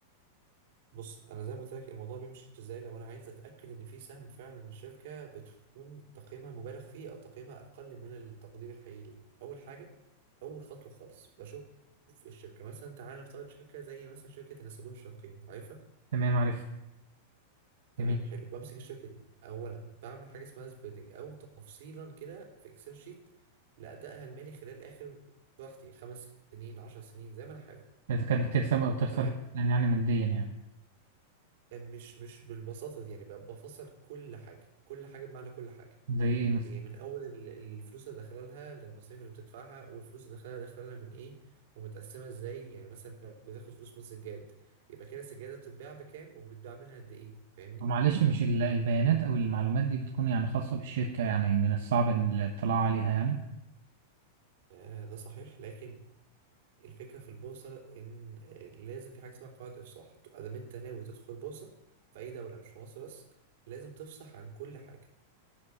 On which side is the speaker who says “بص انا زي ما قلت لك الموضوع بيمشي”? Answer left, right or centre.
Right